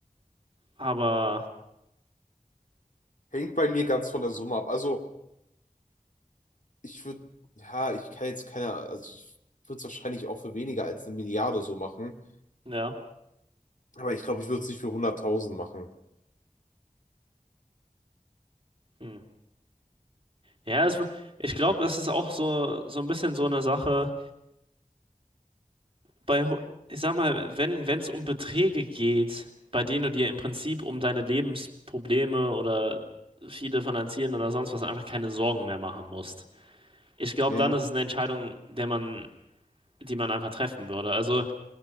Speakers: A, on the right; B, on the left.
A: Aber
B: hängt bei mir ganz von der Summe ab. Also. ich würde, ja, ich kann jetzt keine, also ich würde es wahrscheinlich auch für weniger als eine Milliarde so machen.
A: ja.
B: Aber ich glaube, ich würde es nicht für hunderttausend machen.
A: Hm. Ja, es, ich glaube, das ist auch so, so ein bisschen so eine Sache. Bei, ho- ich sag mal, wenn wenn es um Beträge geht, bei denen du dir im Prinzip um deine Lebensprobleme oder viele finanzieren oder sonst was einfach keine Sorgen mehr machen musst. Ich glaube,
B: Hm,
A: dann ist es eine Entscheidung, der man, die man einfach treffen würde. Also